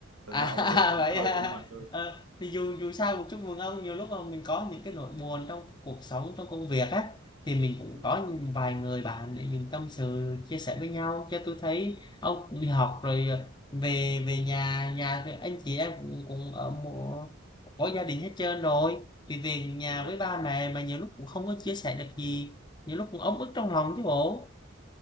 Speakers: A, on the right (about 80°); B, on the left (about 20°).
A: Thành
B: À,
A: ra ông
B: <laughs>
A: <laughs> ông
B: vậy
A: có hơi
B: hả?
A: hiểu nhầm tôi
B: Ờ, thì dù dù sao cũng chúc mừng ông, nhiều lúc mà mình có những cái nỗi buồn trong cuộc sống, trong công việc á, thì mình cũng
A: Ừ.
B: có vài người bạn để mình tâm sự, chia sẻ với nhau, cho tôi thấy ông cũng đi học rồi ờ, về về nhà, nhà thì anh chị em cũng, cũng ở một, có gia đình hết trơn rồi, thì về nhà
A: thì nói
B: với ba mẹ mà nhiều lúc cũng không có chia sẻ được gì, nhiều lúc cũng ấm ức trong lòng chứ bộ.